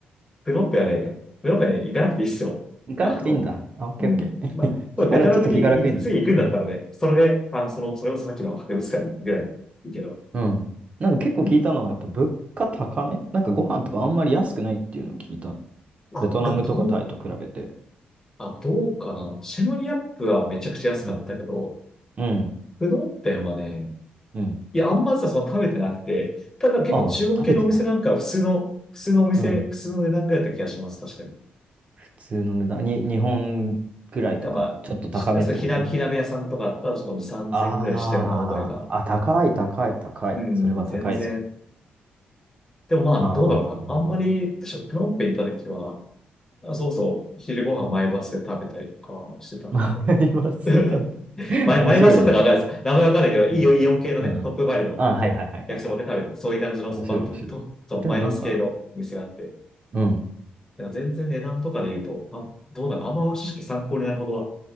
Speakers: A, on the left (about 15°); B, on the right (about 40°).
A: プノンペンはね、プノンペンはね、行かなくていいっすよ。
B: 行かなくていいんだ。
A: あの、
B: あ、オッケーオッケー。
A: うん。まあ、
B: <laughs>
A: これベトナムに行く、
B: 気がら、ちょっと気が楽になったうん。
A: 次行くんだったらね、それで、あの、その、それこそさっきの博物館に行くぐらいいいけど。
B: うん。なんか結構聞いたのは、
A: うん。
B: やっぱ物価高めなんかご飯とかあんまり安くないっていうのを聞いた。
A: あ、
B: ベトナムとかタイと比べて。
A: でもどう、あ、どうかな。シェムリアップはめちゃくちゃ安かったけど、
B: うん。うん。
A: プノンペンはね、
B: うん。
A: いや、あんまさ、その食べてなくて、ただ結構中国系のお店なんかは普通の、
B: ああ、食べてない。
A: 普通のお店、
B: うん。
A: 普通の値段ぐらいだった気がします、確かに。
B: 普通の値段。に、日本くらいとか、
A: でもまあ、
B: ちょっと高めってこと
A: しそう火鍋、火鍋屋さんとかあったら、ちょっと3000円ぐらいしたような覚えが。
B: ああ、あ、高い、高い、高い。
A: うん、
B: それは高いぞ。
A: 全然。でもまあ、
B: ああ、
A: どうだろうな。
B: なるほどね。
A: あんまり、私はプノンペン行った時は、あそうそう、昼ご飯前バスで食べたりとかしてたんで。
B: <laughs> まあ言わせたみたいな。
A: <laughs> マイ、
B: 面白いね。
A: マイマスだったかわかんないです。名前わかんないけど、いいよ、
B: うん。
A: イオン系のね、
B: うん。
A: トップバリュの、
B: うんああ、はいはいはいはいはい。
A: そう、焼きそばね、食べて、そういう感じの、
B: 面白い、
A: そのマップと、
B: 面白い。
A: そう、
B: でもなんか、
A: マイマス系の店があって、
B: うん。
A: だから全然値段とかで言うと、あ、どうなのあんま正直参考になるほどは